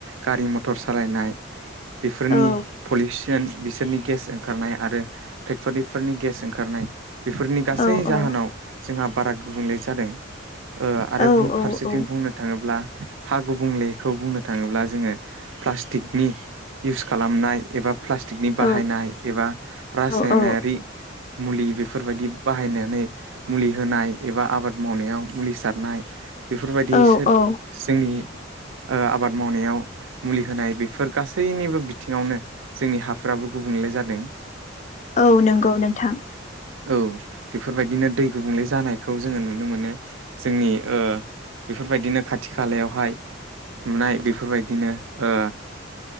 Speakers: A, on the right; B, on the left.
A: गारि मथर सालायनाय बेफोरनि
B: औ
A: पुलिस बिसोरनि गेस ओंखारनाय आरो फेक्ट'रिफोरनि गेस ओंखारनाय। बेफोरनि गासै
B: औ
A: जाहोनाव
B: औ
A: जोंहा बारा गुबुंले जादों। ओ आरो
B: औ
A: बुं फारसेथिं
B: औ
A: बुंनो थाङोब्ला हा गुबुंलेखौ बुंनो थाङोब्ला जोङो प्लास्टिकनि इउस खालामनाय एबा प्लास्टिकनि बाहायनाय
B: औ
A: एबा रासायनारि
B: औ
A: मुलिबो। बेफोरबायदि बाहायनानै मुलि होनाय एबा आबाद मावनायाव मुलि सारनाय बेफोरबायदिसो
B: औ औ
A: जोंनि ओ आबाद मावनायाव मुलि होनाय बेफोर गासैनिबो बिथिङावनो जोंनि हाफोराबो गुबुंले जादों।
B: औ नंगौ नोंथां।
A: औ बेफोरबायदिनो दै गुबुंले जानायखौ जोङो नुनो मोनो जोंनि ओ बेफोरबायदिनो खाथि खालायावहाय नुनाय बेफोरबायदिनो ओ